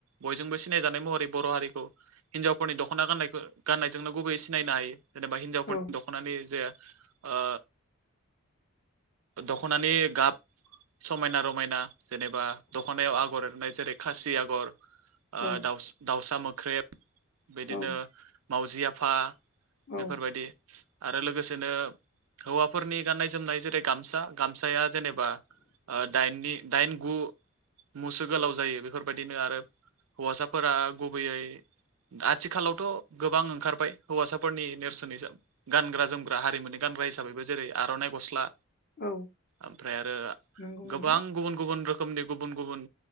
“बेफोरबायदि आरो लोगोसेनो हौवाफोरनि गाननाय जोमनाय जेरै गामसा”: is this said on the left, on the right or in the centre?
Right